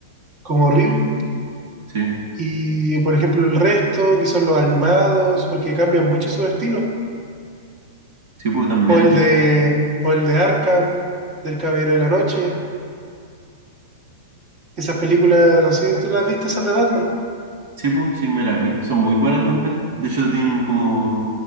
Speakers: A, on the right (about 25°); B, on the right (about 50°).
A: como horrible.
B: Sí,
A: Y por ejemplo, el resto, que son los animados, porque cambian mucho su estilo.
B: sí, pues también.
A: O el de, o el de Arkham, del Caballero de la Noche. Esas películas, no sé si tú las viste, esas de Batman.
B: Sí, pues, sí, me las vi. Son muy buenas también. De hecho, tienen como